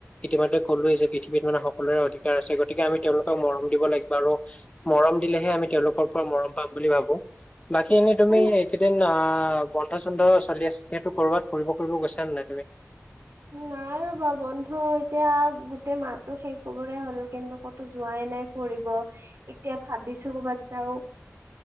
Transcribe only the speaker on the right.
উম
নাই ৰবা বন্ধ এতিয়া গোটেই মাহটো শেষ হবৰে হ'ল কিন্তু, ক তো যোৱাই নাই ফুৰিব এতিয়া ভাবিছো কৰ'বাত যাও।